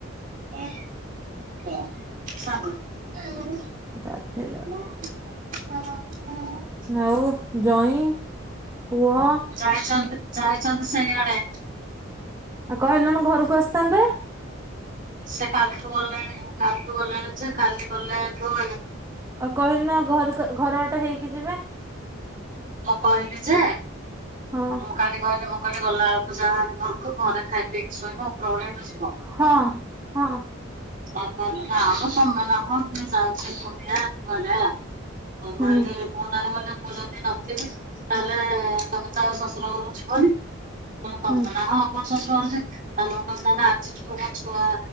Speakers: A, on the right; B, on the right.
A: <unintelligible>
B: ଗାଧେଇଲା <inaudible>
A: <unintelligible>
B: ଆଉ ଜଇଁ ପୁଅ
A: ଯାଇଛନ୍ତି ଯାଇଛନ୍ତି ସେଇଆଡେ।
B: ଆଉ କହିଲୁନି ଘରକୁ ଆସିଥାନ୍ତେ?
A: ସେ କାଲିଠୁ ଗଲେଣି କାଲିଠୁ ଗଲେଣି ଯେ କାଲି ଗଲେ କୁଆଡେ
B: ଆଉ କହିଲି ନ ଘରକୁ ଘର ବାଟେ ହେଇକି ଯିବେ।
A: ମୁଁ କହିଲି ଯେ
B: ହଁ
A: ମୁଁ କାଲି କହିଲି ମୁଁ କହିଲି ଗଲା ବେଳକୁ ଯାହା ଘରକୁ ଘରେ ଖାଇ ପିଇକି ଶୋଇବୁ ଉପରାବେଳୁକୁ ଯିବ।
B: ହଁ ହଁ।
A: ସେ କହିଲେ ନା ମ କିଏ ଯାଉଚି ଏକୁଟିଆ <unintelligible> ହଉ
B: ହୁଁ
A: ଗଲେ ମୁଁ ନାହିଁ ଗଲେ ମୁଁ ଯଦି ନଥିବି ତାହେଲେ ତମେ ତ ଆଉ ଶଶୁର ଘର କୁ ଯିବନି ତମେ
B: ହୁଁ।
A: ନାହଁ। ମୋ ଶଶୁର ଘର ଯିବି <unintelligible> ଆଜିଠୁ ମୋ ଛୁଆ